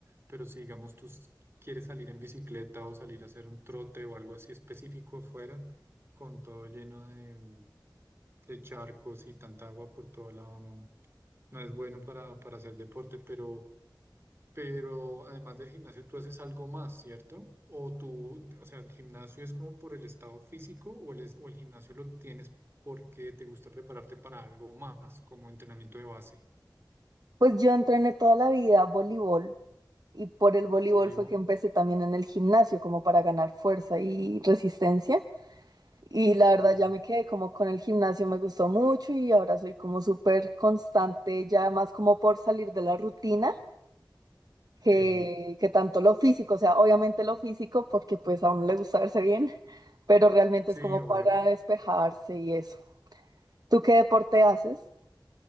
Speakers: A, on the right (about 30°); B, on the right (about 55°).
A: Pero si, digamos, tú s- quieres salir en bicicleta o salir a hacer un trote o algo así específico afuera, con todo lleno de, mm, de charcos y tanta agua por todo lado, no, no es bueno para, para hacer deporte, pero... Pero además del gimnasio, tú haces algo más, ¿cierto? O tú, o sea, el gimnasio es como por el estado físico o el, es- o el gimnasio lo tienes porque te gusta prepararte para algo más, como entrenamiento de base.
B: Pues yo entrené toda la vida voleibol y por el voleibol
A: Voleibol,
B: fue que empecé también en el gimnasio como para ganar fuerza y resistencia. Y la
A: claro.
B: verdad ya me quedé como con el gimnasio, me gustó mucho y ahora soy como súper constante, ya más como por salir de la rutina que,
A: Sí,
B: que tanto lo físico, o sea, obviamente lo físico porque pues a uno le gusta verse bien, pero realmente
A: sí,
B: es como
A: obvio.
B: para despejarse y eso. ¿Tú qué deporte haces?